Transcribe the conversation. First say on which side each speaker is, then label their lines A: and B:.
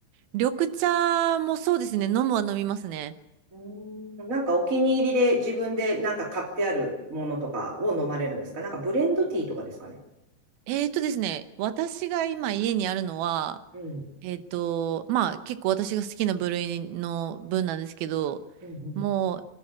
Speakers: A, on the right; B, on the right.
A: 緑茶もそうですね。飲むは飲みますね。
B: うーん、なんかお気に入りで自分でなんか買ってあるものとかを飲まれるんですかなんかブレンドティーとかですかね。
A: えーとですね、私が今家にあるのは、
B: うん。
A: えーと、まあ結構私が好きな部類の分なんですけど、
B: うんうん
A: も